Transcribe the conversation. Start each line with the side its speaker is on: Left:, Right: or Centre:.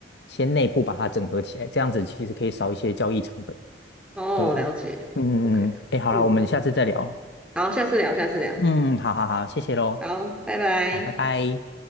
Left: 先内部把它整合起来，这样子其实可以少一些交易成本。
Centre: 哦，
Left: 对啊，
Centre: 了解。
Left: 嗯嗯嗯，
Centre: OK，
Left: 哎，好了，
Centre: 嗯，
Left: 我们下次再聊。
Centre: 嗯好，下次聊，下次聊，
Left: 嗯，好好好，谢谢喽，
Centre: 好，拜拜。
Left: 好，拜拜。